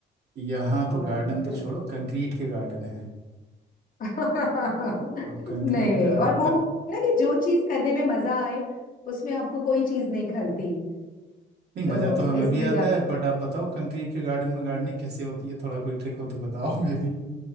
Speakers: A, on the right; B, on the left.
A: यहाँ तो
B: और
A: गार्डन
B: बिल-
A: तो छोड़ो कंक्रीट के गार्डन है
B: <laughs>
A: तो अब कंक्रीट
B: नहीं नहीं
A: गार्डन
B: और वो होता है ना कि जो चीज करने में मजा आए उसमें आपको कोई चीज नहीं खलती
A: नहीं
B: तो
A: मजा तो हमें
B: इसलिए
A: भी आता है बट आप बताओ कंक्रीट के गार्डन में गार्डनिंग कैसे होती है थोड़ा कोई ट्रिक हो तो बताओ <laughs> हमें